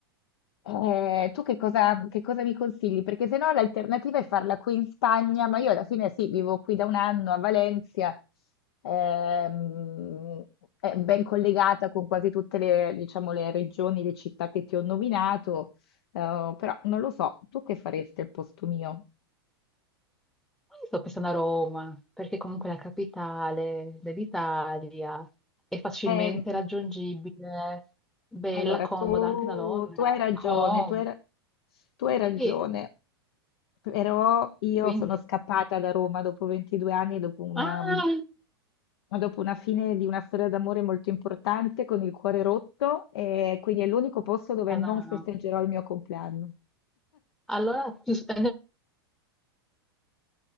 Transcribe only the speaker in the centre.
Io sto pensando a Roma, perché comunque è la capitale dell'Italia, è facilmente
raggiungibile, bella,
comoda
anche da Londra.
Com-
sì,
quindi...
Ah,
eh,
no,
no.
Allora, più sp-